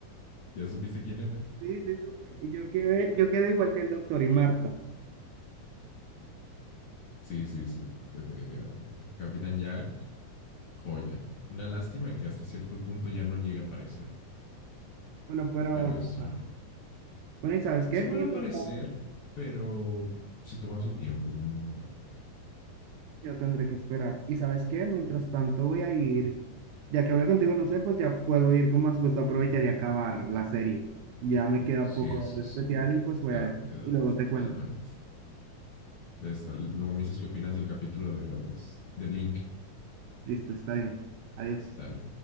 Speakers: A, on the left; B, on the right.
A: Ya supiste quién era.
B: Sí, sí, supe. Y yo quedé, yo quedé igual que el doctor y Marta.
A: Sí, sí, sí, definitivamente. Capitán Jack joya. Una lástima que hasta cierto punto ya no llega a aparecer,
B: Bueno, pero
A: pero
B: bueno,
A: es una joya.
B: bueno, ¿y sabes qué?
A: Sí
B: Mientras
A: vuelve a aparecer,
B: tanto,
A: pero se toma su tiempo un montón.
B: yo tendré que esperar. ¿Y sabes qué? Mientras tanto voy a ir, ya que hablé contigo, no sé, pues ya puedo ir con más gusto, aprovechar y acabar la serie. Ya me queda
A: Sí,
B: poco
A: sí,
B: de especial
A: sí.
B: y pues voy
A: Date,
B: a ir.
A: date,
B: Y luego te
A: totalmente.
B: cuento.
A: Ya está. Luego me dices qué opinas del capítulo de los de Blink.
B: Listo, está bien. Adiós.
A: Dale.